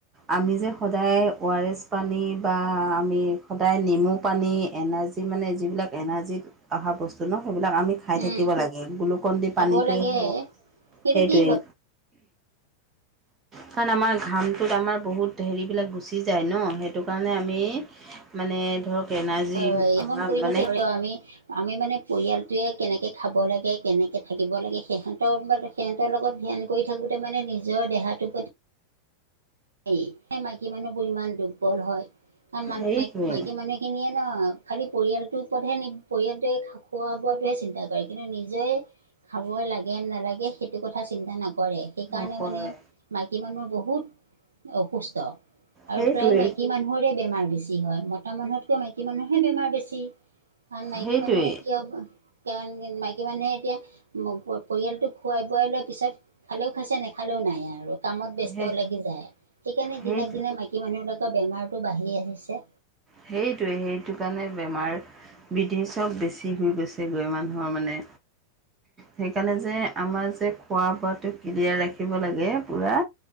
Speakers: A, on the right (about 20°); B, on the right (about 70°).
A: আমি যে সদায় অ, আৰ এছ পানী বা আমি সদায় নেমু পানী এনাৰ্জি যি মানে যিবিলাক এনাৰ্জিত অহা বস্তু ন, সেইবিলাক আমি খাই থাকো।
B: উম
A: থাকিব লাগে, গ্লুকন দি
B: খাব
A: পানীটোৱে
B: লাগে
A: হক
B: সেইটো
A: সেইটোৱেই।
B: কি হয়
A: কাৰণ আমাৰ ঘামটোত আমাৰ বহুত হেৰি বিলাক গুচি যায়, ন সেইটো কাৰণে আমি মানে ধৰক এনাৰ্জি
B: হয়ন
A: অহা
B: কৰি
A: মানে
B: ঘঠ আমি আমি মানে পৰিয়ালটোৱে কেনেকৈ খাব লাগে, কেনেকৈ থাকিব লাগে সিহঁতৰ তেহঁতৰ লগত ধ্যান কৰি থাকোঁতে, মানে নিজৰ দেহাটোৰ প্ৰতি এই মাইকী মানুহবোৰ ইমান দুৰ্বল হয়, কাৰণ মানুহ
A: হেৰিটোৱে
B: ম মাইকী মানুহ সেইখিনিয়ে ন খালি পৰিয়ালটোৰ ওপৰতহে, নি পৰিয়ালটোৱে খোৱা বোৱাটোহে চিন্তা কৰে। কৰে কিন্তু নিজে খাব লাগে নালাগে সেইটো কথা চিন্তা নকৰে। সেইকাৰণে
A: নকৰে।
B: মানে মাইকী মানুহৰ বহুত অসুস্থ আৰু
A: সেইটোৱে।
B: প্ৰায় মাইকী মানুহৰে বেমাৰ বেছি। বেছি হয় মতা মানুহতকৈ মাইকী মানুহে বেমাৰ বেছি, কাৰণ মাইকী
A: সেইটোৱেই
B: মানুহে কি কাৰণ মাইকী মানুহে এতিয়া পৰিয়ালটোক খুৱাই-বোৱাই লোৱাৰ পিছত খালেও খাইছে, নেখালেও নাই আৰু। কামত ব্যস্ত
A: সেই
B: লাগি যায় সেইকাৰণে
A: সেইটো
B: দিনক দিনে, মাইকী মানুহবিলাকৰ বেমাৰটো বাঢ়ি আহিছে।
A: সেইটোৱে-সেইটো কাৰণে বেমাৰ বৃটি চব বেছি হৈ গৈছে, গৈ মানুহৰ মানে সেইকাৰণে যে, আমাৰ যে খোৱা বোৱাটো ক্লিয়াৰ ৰাখিব লাগে পুৰা।